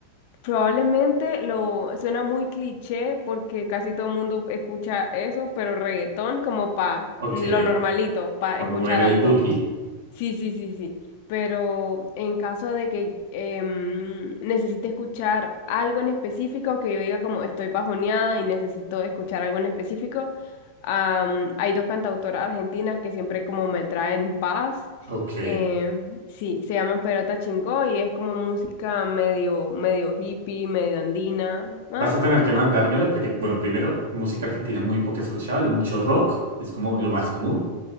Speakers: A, on the left; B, on the right.
A: probablemente lo suena muy cliché porque casi todo el mundo escucha eso, pero reggaetón como pa
B: Ok,
A: lo normalito, pa
B: vamos
A: escuchar
B: a mover el
A: algo.
B: booty.
A: Sí, sí, sí, sí. Pero en caso de que em, necesite escuchar algo en específico, que yo diga como estoy bajoneada y necesito escuchar algo en específico, am, hay dos cantautoras argentinas que siempre como me traen paz.
B: Ok.
A: Eh, sí, se llaman Perota Chingó y es como música medio, medio hippie, medio andina. Ah,
B: Vas a tener que
A: ajá.
B: mandármela porque, bueno, primero, música argentina muy poca escuchaba, lo mucho rock, es como lo más común.